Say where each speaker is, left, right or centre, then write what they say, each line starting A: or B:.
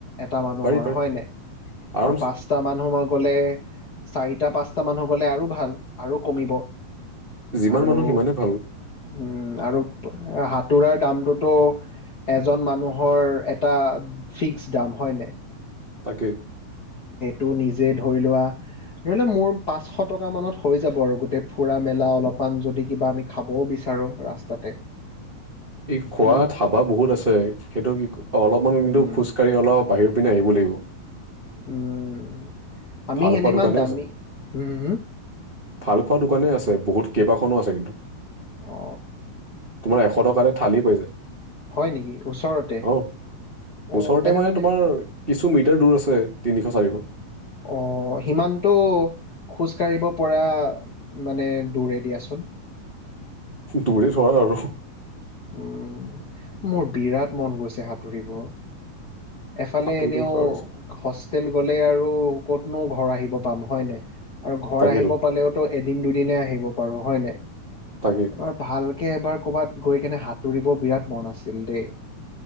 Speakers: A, on the left; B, on the right.
A: এটা মানুহৰ
B: পাৰি পাৰি
A: হয় ন
B: আৰামছে
A: আৰু পাঁচটা মানুহ মই। গলে চাৰিটা পাঁচটা মানুহ গলে আৰু ভাল আৰু কমিব।
B: যিমান
A: আৰু
B: মানুহ সিমানেই ভাল
A: উম আৰু হাত সতোৰাৰ দামটোতো। এজন মানুহৰ এটা ফিক্স দাম হয়নে।
B: তাকে।
A: টো নিজে ধৰি লোৱা ধৰি ললে মোৰ পাঁচশ টকা মানত হৈ যাব আৰু গোটেই ফুৰা মেলা অলপমান যদি কিবা আমি খাবও বিচাৰো? আৰু ৰাস্তাতে।
B: এই খোৱাত
A: উম,
B: হাবা বহুত আছে সেইটো কি অলপমান
A: উম,
B: কিন্তু খোজ কাঢ়ি অলপ বাহিৰ পিনে আহিব লাগিব
A: উম আমি
B: ভাল
A: সেনেমান
B: খোৱা দোকানেই
A: দামী হম।
B: ভালপোৱা দোকানেই আছে বহুত কেইবাখনো আছে কিন্তু।
A: অ
B: তোমাৰ এশ টকাৰে থালি পাই যায়।
A: হয় নেকি ওচৰতে
B: অ
A: অঁ
B: ওচৰতে
A: তেনেহ'লে
B: মানে তোমাৰ কিছু মিটাৰ দূৰ আছে। তিনিশ চাৰিশ
A: অ সিমানটো খোজকাঢ়িব পৰা মানে দূৰে দিয়াচোন। হয়
B: দূৰে ধৰা আৰু
A: উম মোৰ বিৰাট মন গৈছে সাঁতুৰিব। এফালে
B: সাঁতুৰিটো
A: এনেও
B: পাৰ
A: হোষ্টেল গলে আৰু ক'তনো ঘৰ আহিব পাম হয় নে। আৰু ঘৰ
B: তাকেইতো
A: আহিব পালেওতো এদিন দুদিনে আহিব পাৰো হয় নে।
B: তাকেই
A: এবাৰ ভালকে এবাৰ ক'ৰবাত গৈ কিনে সাঁতুৰিব বিৰাট মন আছিল দেই।